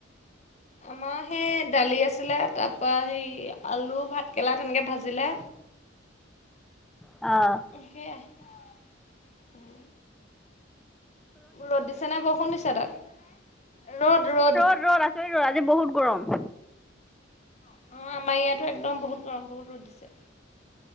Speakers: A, on the left; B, in the centre.
A: আমাৰ সেই দালি আছিলে, তাৰ পা হেই আলু ভাতকেৰেলা তেনেকৈ ভাজিলে।
B: অ'।
A: সেইয়া। ৰ'দ দিছে নাই বৌ? ষুণ দিছে তাত? ৰ'দ, ৰ'দ।
B: ৰ'দ আছে ৰ, আজি বহুত গৰম।
A: অ', আমাৰ ইয়াতো একদম বহুত গৰম, বহুত ৰ'দ দিছে।